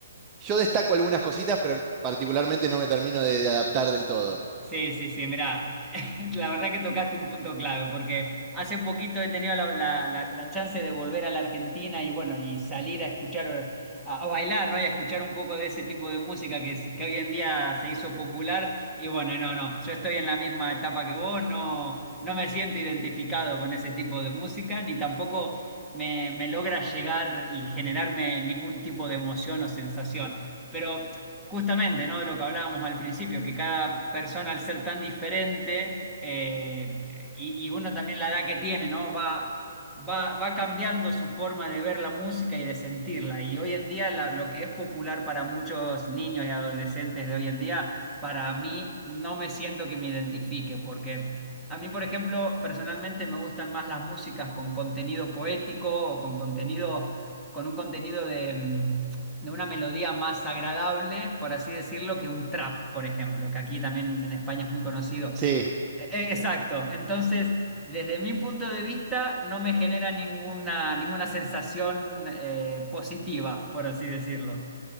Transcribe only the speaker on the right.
Yo destaco algunas cositas, pero particularmente no me termino de, de adaptar del todo.
Sí,